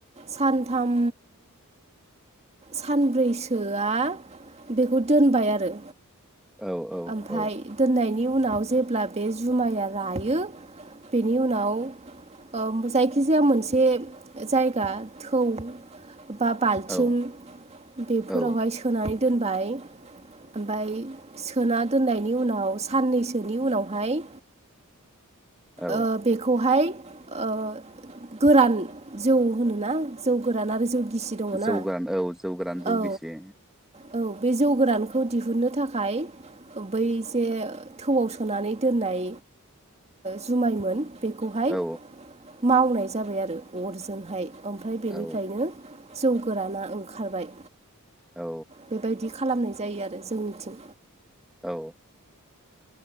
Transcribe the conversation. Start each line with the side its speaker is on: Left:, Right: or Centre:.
Right: सानथाम सानब्रैसोआ बेखौ दोनबाय आरो
Centre: औ औ
Right: ओमफाय दोननायनि उन उनाव जेब्ला बे जुमाया रायो बेनि उनाव। ओ-जायखिजाया मोनसे जायगा थौ। बा बालथिं
Centre: औ
Right: बेफोरावहाय
Centre: औ
Right: सोनानै दोनबाय। ओमफाय सोना दोननायनि उनाव साननैसोनि उनावहाय।
Centre: <inaudible> औ
Right: ओ-बेखौहाय ओ-गोरान जौ होनोना जौ गोरान आरो जौ गिसि दङना
Centre: जौ गोरान औ जौ गोरान
Right: औ
Centre: जौ गिसि।
Right: औ बे जौ गोरानखौ दिहुननो थाखाय बै जे थौआव सोनानै दोननाय जुमायमोन। बेखौहाय
Centre: औ
Right: मावनाय जाबाय आरो अरजोंहाय ओमफाय बेनिफ्रायनो
Centre: औ
Right: जौ गोराना ओंखारबाय।
Centre: औ।
Right: बेबायदि खालामनाय जायो आरो जोंनिथिं।
Centre: औ।